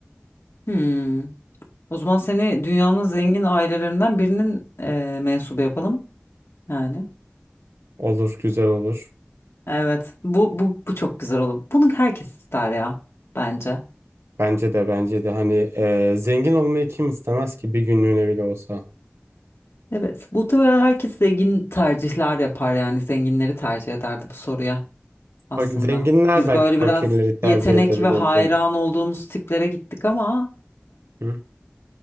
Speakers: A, on the left; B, on the right.
A: Hmm. O zaman seni dünyanın zengin ailelerinden birinin e, mensubu yapalım. Yani.
B: Olur, güzel olur.
A: Evet. Bu, bu, bu çok güzel olur. Bunu herkes ister ya. Bence.
B: Bence de bence de hani e, zengin olmayı kim istemez ki bir günlüğüne bile olsa.
A: Evet. Muhtemelen herkes zengin tercihler yapar yani. Zenginleri tercih ederdi bu soruya aslında.
B: Bak zenginler
A: Biz
B: belki
A: böyle
B: fakirleri
A: biraz
B: tercih
A: yetenek
B: edebilirdi.
A: ve hayran olduğumuz tiplere gittik ama
B: Hı?